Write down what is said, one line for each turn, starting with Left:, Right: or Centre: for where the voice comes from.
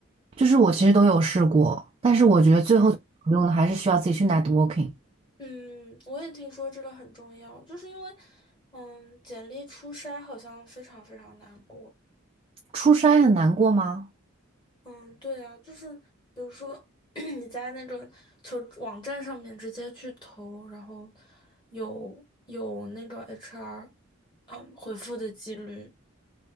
Right: 就是我其实都有试过，但是我觉得最后有用的还是需要自己去 networking。
Left: 嗯，我也听说这个很重要，就是因为，嗯，简历初筛好像非常非常难过。
Right: 出差很难过吗？
Left: 嗯，对啊，就是比如说 <clears throat> 你在那种求职网站上面直接去投，然后有有那个 HR，嗯，回复的几率